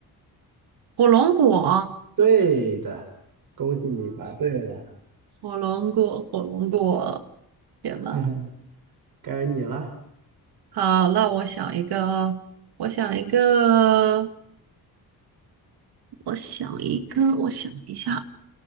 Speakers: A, on the right; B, on the right.
A: 火龙果啊，
B: 对的，恭喜你答对了，
A: 火龙果，火龙果，天呐，
B: <laughs> 该你了。
A: 好，那我想一个，我想一个，我想一个，我想一下。